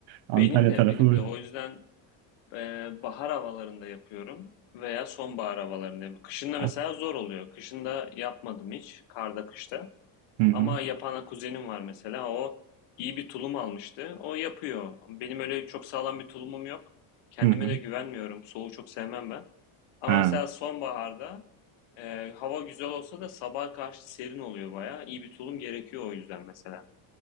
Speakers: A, on the right; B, on the left.
A: Antalya
B: Benim de,
A: tarafı
B: benim
A: böyle.
B: de. O yüzden e, bahar havalarında yapıyorum veya sonbahar havalarında. yapıyorum. Kışında
A: As-
B: mesela zor oluyor. Kışında yapmadım hiç. Karda, kışta.
A: Hı hı.
B: Ama yapan kuzenim var mesela. O iyi bir tulum almıştı. O yapıyor. Benim öyle çok sağlam bir tulumum yok. Kendime
A: Hı hı.
B: de güvenmiyorum. Soğuğu çok sevmem ben. Ama
A: Ha.
B: mesela sonbaharda e, hava güzel olsa da sabaha karşı serin oluyor bayağı. İyi bir tulum gerekiyor o yüzden mesela.